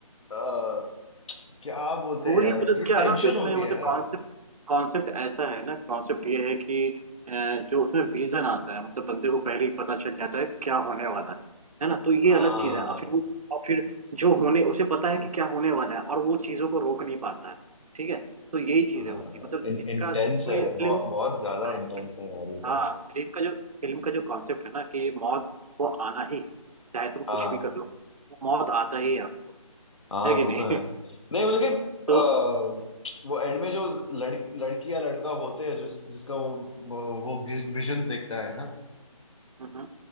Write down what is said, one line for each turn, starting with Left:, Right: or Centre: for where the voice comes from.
Left: अ, क्या बोलते
Right: पूरी
Left: हैं यार
Right: पुलिस
Left: जो टेंशन
Right: क्या है ना कि उसमें
Left: होती
Right: मतलब
Left: है यार
Right: कॉन्सेप्ट कॉन्सेप्ट ऐसा है ना कॉन्सेप्ट ये है कि अ, जो उसमें विजन आता है मतलब बंदे को पहले ही पता चल जाता है क्या होने वाला है है ना तो ये
Left: हाँ
Right: अलग चीज है और फिर वो और फिर जो होने उसे पता है कि क्या होने वाला है और वो चीजों को रोक नहीं पाता है ठीक है तो यही चीजें
Left: हाँ
Right: होती है मतलब
Left: इंटेंस
Right: जिनका जिसमें
Left: है
Right: फिल्म
Left: बहुत बहुत ज्यादा
Right: हाँ
Left: इंटेंस
Right: फिल्म
Left: है यार ये सब
Right: हाँ, फिल्म का जो फिल्म का जो कॉन्सेप्ट है ना कि मौत को आना ही है चाहे तुम कुछ
Left: हाँ।
Right: भी कर लो वो मौत आता ही है हमको
Left: हाँ
Right: है कि
Left: वो तो
Right: नहीं
Left: है नहीं वो लेकिन
Right: <laughs> तो
Left: अ, वो एंड में जो लड़ लड़की या लड़का होते हैं जो जिसका वो वो विजन देखता है ना
Right: हम्म,